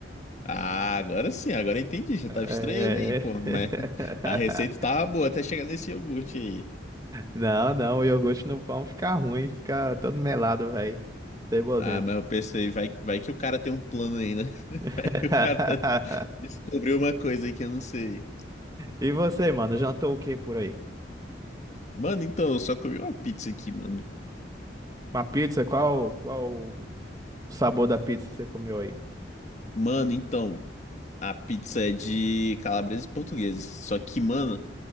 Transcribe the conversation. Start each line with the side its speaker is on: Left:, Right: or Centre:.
Left: Ah, agora sim, agora eu entendi. Já
Right: É.
Left: tava estranhando aí, pô. Mas
Right: <laughs>
Left: <laughs> a receita tava boa até chegar nesse iogurte aí.
Right: Não, não, o iogurte no pão fica ruim, fica todo melado, velho. Cebosento.
Left: Ah, mas eu pensei, vai, vai que o cara tem um plano aí, né? <laughs>
Right: <laughs>
Left: Vai que o cara <laughs> descobriu uma coisa aí que eu não sei.
Right: E você, mano, jantou o que por aí?
Left: Mano, então, eu só comi uma pizza aqui, mano.
Right: Uma pizza? Qual, qual o sabor da pizza que você comeu aí?
Left: Mano, então, a pizza é de calabreses portugueses. Só que, mano.